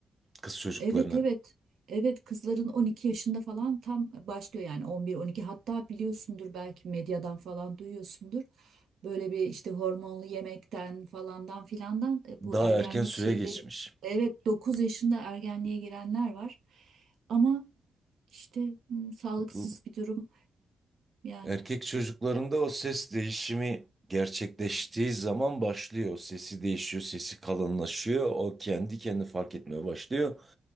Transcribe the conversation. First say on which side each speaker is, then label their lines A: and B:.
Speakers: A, on the right; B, on the right.
A: Kız çocuklarının.
B: Evet evet. Evet kızların 12 yaşında falan tam başlıyor yani 11-12 hatta biliyorsundur belki medyadan falan duyuyorsundur. Böyle bir işte hormonlu yemekten falandan filandan e,
A: Daha
B: bu ergenlik
A: erken süre
B: şeyleri
A: geçmiş.
B: evet 9 yaşında ergenliğe girenler var. Ama işte hmm, sağlıksız
A: Bu
B: bir durum yani.
A: Erkek çocuklarında o ses değişimi gerçekleştiği zaman başlıyor. Sesi değişiyor, sesi kalınlaşıyor. O kendi kendini fark etmeye başlıyor.